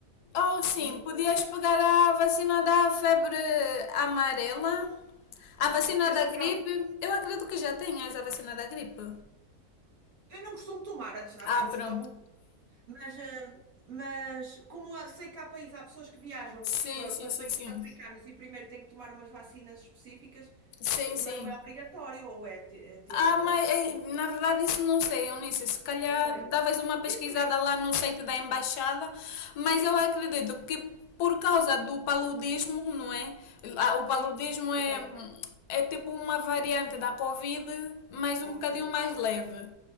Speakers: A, on the left; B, on the right.
A: Oh, sim,
B: nenhum.
A: podias pegar a vacina da febre amarela, a
B: Ok,
A: vacina
B: porque eu
A: da
B: sei
A: gripe.
B: que há, um,
A: Eu acredito que já tenhas a vacina da gripe.
B: eu não costumo tomar, há
A: Ah,
B: pessoas
A: pronto.
B: que tomam, Mas, eh, mas como há- sei que há países, há pessoas que viajam
A: Sim,
B: para,
A: sim,
B: para
A: sim,
B: países
A: sim.
B: africanos e primeiro têm que tomar umas vacinas específicas,
A: Sim,
B: eh,
A: sim.
B: mas não é obrigatório, ou é, te- é ter.
A: Ah,
B: eh,
A: mas eh, na verdade isso não sei, Eunice. Se calhar
B: Ok.
A: davas uma pesquisada
B: Eu também.
A: lá no site da embaixada, mas
B: Sim,
A: eu acredito que por causa do paludismo, não é? Ah, O
B: sim,
A: paludismo
B: também,
A: é,
B: não é?
A: é tipo uma variante da Covid, mas
B: Ok.
A: um bocadinho mais leve.